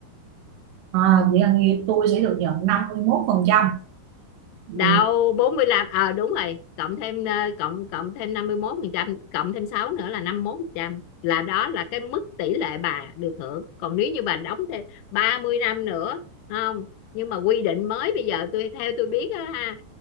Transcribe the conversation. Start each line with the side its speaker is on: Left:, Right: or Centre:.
Right: à, vậy là nghe tôi sẽ được nhận 51% ừ.
Left: đâu 45, ờ đúng rồi cộng thêm ờ, cộng cộng thêm 51 phần trăm cộng thêm 6 nữa là 51 phần trăm là đó là cái mức tỷ lệ bà được hưởng còn nếu như bà đóng thêm 30 năm nữa không nhưng mà quy định mới bây giờ tôi theo tôi biết á ha